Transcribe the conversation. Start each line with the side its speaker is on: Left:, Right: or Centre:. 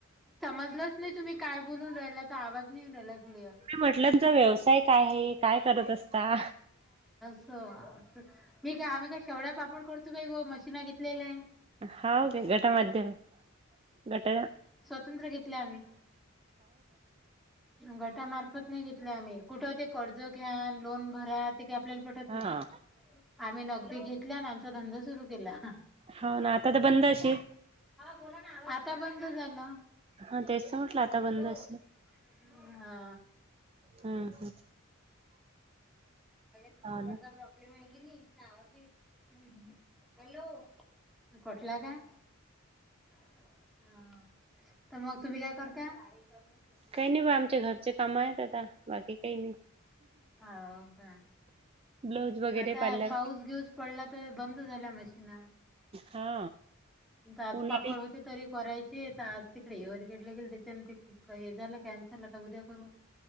Centre: जलंच नाही तुम्ही काय बोलून राहिला आवाज नाही येऊन राहिला. क्लिअर
Right: तु म्हटलंचा व्यवसाय काय आहे काय करत असता?
Centre: हो मी काय आम्ही काय शेवड्या पापड करतो बाई गो मशीना घेतलेल्या
Right: हा गे घट माध्यम घट
Centre: संत्र घेतले आम्ही गटामार्फत नाही घेतले आम्ही कुठ ते कर्ज घ्या लोन करा ते काही आपल्याला पटत
Right: हा
Centre: नाही. आम्ही नगदी घेतल्या आणि आमचा धंदा सुरू केला. हा
Right: हो ना आता तर बंद अशील
Centre: बोला ना आवाज आता बंद झाला
Right: हा तेच तर म्हटलं आता बंद
Centre: हॅलो
Right: असलं
Centre: हा.
Right: हम् हम्म
Centre: स्पीकरचा
Right: हा ना
Centre: प्रॉब्लेम आहे की नाही आवाज आहे. हम्म हॅलो कटला काय? हा तर मग तुम्ही काय करत ता
Right: काही
Centre: <unintelligible>
Right: नाही बा आमच्या घरचे काम आहेत आता बाकी काही नाही
Centre: हो का
Right: ब्लाऊज वगैरे
Centre: आता
Right: पार्लर
Centre: पाऊस घेऊस पडला तर बंद झाल्या मशीन
Right: हा
Centre: दाजपापड
Right: उन्हाळी
Centre: होते तरी करायचे. ते तर आज तिकडे हे वर गेडलं गेल त्याच्यान ते हे झालं कॅन्सल आता उद्या करु.